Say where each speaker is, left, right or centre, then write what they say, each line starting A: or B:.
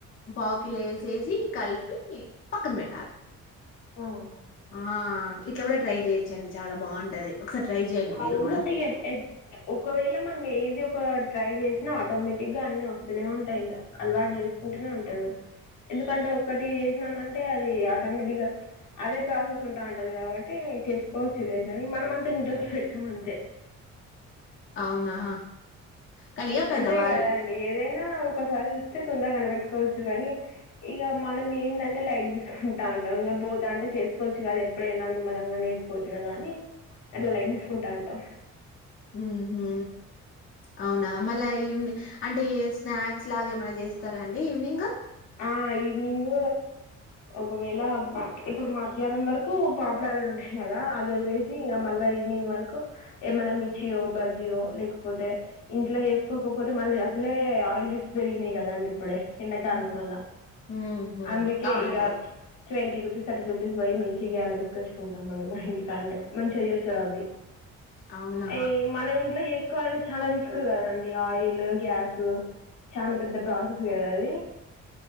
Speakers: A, on the left; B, on the left.
A: పావుకిల వేసేసి కలిపి పక్కన పెట్టాలి
B: ఆ
A: ఆ ఇట్లా కూడా ట్రై చేయొచ్చండి చాలా బాగుంటది ఒకసారి ట్రై చేయండి మీరు
B: అవును
A: కూడా
B: ఇక ఒకవేళ మనం ఏది ఒక ట్రై చేస్త ఆటోమేటిక్ గా అన్ని వస్తూనే ఉంటాయి ఇంకా అలవాటు చేసుకుంటూనే ఉంటాము ఎందుకంటే ఒక్కటి చేసినామ అంటే అది ఆటోమేటిక్ గా అదే ప్రాసెస్ ఉంటా ఉంటది కాబట్టి చేసుకోవచ్చు లేదు కాని మనం అంతా ఇంట్రెస్ట్ పెట్టాం అంతే
A: అవునా కానీ ఇక పెద్దవాళ్ళు
B: అంతేకాదా అండి ఏదైనా ఒసారి చూస్తే తొందరగా కనబెట్టుకోవచ్చు గాని ఇక మనం ఏంటంటే లైట్ తీసుకుంటా అంటాం ఇంకా పోతా అంటే చేసుకోవచ్చు కదా ఎప్పుడైనా నిమ్మలంగా నేర్చుకోవచ్చు కదా అని అట్లా లైట్ తీసుకుంటా ఉంటాం
A: ఉహూ అవునా మళ్ళా ఈవినింగ్ అంటే స్నాక్స్ లాగా ఏమైనా చేస్తారా అండి ఈవినింగ్
B: ఆ ఈవినింగ్ ఒకవేళ ఇప్పుడు మా మధ్యాహ్నం వరకు పాపుడాలు ఉంటాయి కదా అది వదిలేసి ఇంకా మళ్ళా ఈవినింగ్ వరకు ఏమైన్నా మిర్చియో బజ్జియో లేకపోతే ఇంట్లో చేసుకోకపోతే మళ్ళీ అసలే ఆయిల్ రేట్స్ పెరిగినాయి కదండి ఇప్పుడే ఎండాకాలం
A: ఉహు
B: వల్ల
A: ఉహు.
B: అందుకే
A: అవునండి
B: ఇగ ట్వంటీ రూపీస్ థర్టీ రూపీస్ పోయి మిర్చి గ్యారెలు తీసుకొచ్చుకుంటాం మళ్ళీ మా ఇంటి కాడ నే మంచిగా చేస్తారు అవ్వి
A: అవునా
B: అ మనం ఇంట్లో చేసుకోవాలంటే చాలా తీసుకు కదండి ఆయిల్ గ్యాస్ చాలా పెద్ద ప్రాసెస్ కదా అది